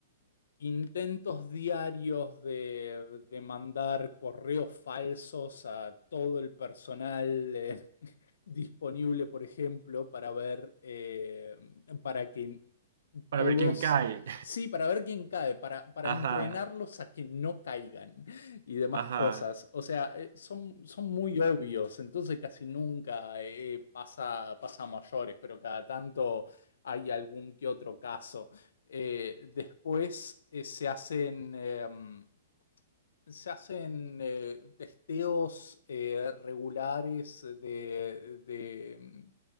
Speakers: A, on the left; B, on the right.
A: intentos diarios de, de mandar correos falsos a todo el personal eh, <laughs> disponible, por ejemplo, para ver, eh, para que
B: Para
A: todos.
B: ver quién cae.
A: Sí, para ver quién cae, para, para
B: <laughs> Ajá,
A: entrenarlos a que no caigan y demás
B: ajá.
A: cosas. O sea, eh, son, son muy obvios, entonces casi nunca eh, pasa, pasa a mayores, pero cada tanto hay algún que otro caso. Eh, después eh, se hacen... em, se hacen eh, testeos eh, regulares de, de-